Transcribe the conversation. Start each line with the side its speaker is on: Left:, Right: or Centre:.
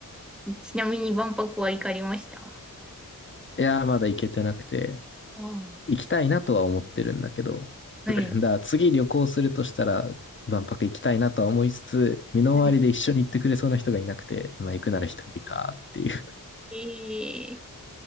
Centre: ちなみに万博は行かれました
Left: いやー、まだ行けてなくて、
Centre: あ
Left: 行きたいなとは思ってるんだけど、<clears throat>
Centre: はい。
Left: だから次旅行するとしたら、万博行きたいなとは思いつつ、身の回りで一緒に行ってくれそうな人がいなくて、
Centre: はい
Left: まあ行くなら一人かっていう。
Centre: えー、